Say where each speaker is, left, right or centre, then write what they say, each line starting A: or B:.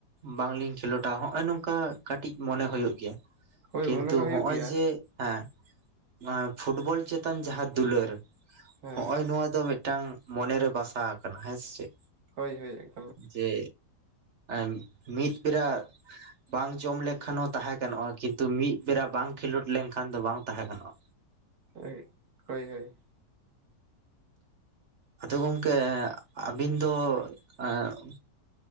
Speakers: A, on the right; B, on the right.
A: ᱵᱟᱝᱞᱤᱧ ᱠᱷᱮᱞᱳᱰᱟ ᱦᱚᱸᱜ-ᱚᱭ ᱱᱚᱝᱠᱟ ᱠᱟᱹᱴᱤᱡ ᱢᱚᱱᱮ ᱦᱳᱭᱳᱜ ᱜᱮᱭᱟ᱾
B: ᱦᱳᱭ
A: ᱠᱤᱱᱛᱩ
B: ᱢᱚᱱᱮ ᱫᱚ ᱦᱩᱭᱩᱜ
A: ᱦᱚᱸᱜ-ᱚᱭ
B: ᱜᱮᱭᱟ
A: ᱡᱮ ᱦᱮᱸ ᱱᱚᱣᱟ ᱯᱷᱩᱴᱵᱚᱞ ᱪᱮᱛᱟᱱ ᱡᱟᱦᱟᱸ ᱫᱩᱞᱟᱹᱨ
B: ᱦᱮᱸ
A: ᱦᱚᱸᱜ-ᱚᱭ ᱱᱚᱣᱟ ᱫᱚ ᱢᱤᱫ ᱴᱟᱝ ᱢᱚᱱᱮ ᱨᱮ ᱵᱟᱥᱟ ᱠᱟᱱᱟ ᱦᱮᱸ ᱥᱮ ᱪᱮᱫ?
B: ᱦᱳᱭ ᱦᱳᱭ ᱮᱠ
A: ᱡᱮ ᱮᱸ ᱢᱤᱫ ᱵᱮᱨᱟ ᱵᱟᱝ ᱡᱚᱢ ᱞᱮᱠᱷᱟᱱ ᱦᱚᱸ ᱛᱟᱦᱮᱸ ᱜᱟᱱᱚᱜ-ᱟ ᱠᱤᱱᱛᱩ ᱢᱤᱜ ᱵᱮᱲᱟ ᱵᱟᱝ ᱠᱷᱮᱞᱳᱰ ᱞᱮᱝᱠᱷᱟᱱ ᱫᱚ ᱵᱟᱝ ᱛᱟᱦᱮᱸ ᱜᱟᱱᱚᱜ-ᱟ᱾
B: ᱦᱳᱭ ᱦᱳᱭ ᱦᱳᱭ᱾
A: ᱟᱫᱚ ᱜᱚᱝᱠᱮ ᱟᱵᱤᱱ ᱫᱚ ᱮᱸᱜ